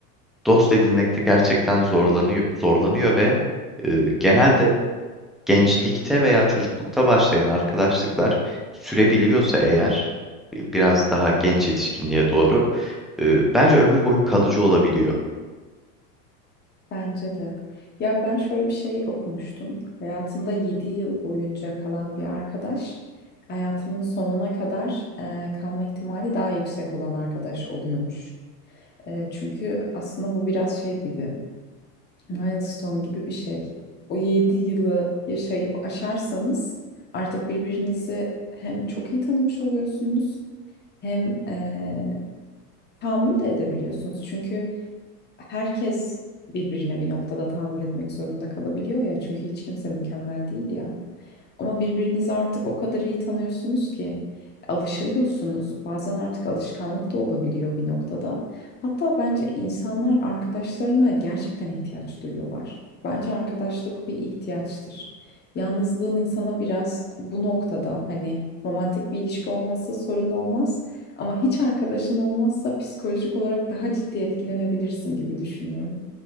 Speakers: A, in the centre; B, on the left.
A: dost edinmekte gerçekten zorlanıyor zorlanıyor ve e, genelde gençlikte veya çocuklukta başlayan arkadaşlıklar sürebiliyorsa eğer e, biraz daha genç yetişkinliğe doğru e, bence ömür boyu kalıcı olabiliyor.
B: Bence de. Ya ben şöyle bir şey okumuştum. Hayatında 7 yıl boyunca kalan bir arkadaş hayatının sonuna kadar e, kalma ihtimali daha yüksek olan arkadaş oluyormuş. E, çünkü aslında bu biraz şey gibi, milestone gibi bir şey. O 7 yılı yaşayıp aşarsanız artık birbirinizi hem çok iyi tanımış oluyorsunuz hem e, tahammül de edebiliyorsunuz. Çünkü herkes birbirine bir noktada tahammül etmek zorunda kalabiliyor ya. Çünkü hiç kimse mükemmel değil ya. Ama birbirinizi artık o kadar iyi tanıyorsunuz ki alışıyorsunuz. Bazen artık alışkanlık da olabiliyor bir noktada. Hatta bence insanlar arkadaşlarına gerçekten ihtiyaç duyuyorlar. Bence arkadaşlık bir ihtiyaçtır. Yalnızlığın insana biraz bu noktada hani romantik bir ilişki olmazsa sorun olmaz. Ama hiç arkadaşın olmazsa psikolojik olarak daha ciddi etkilenebilirsin gibi düşünüyorum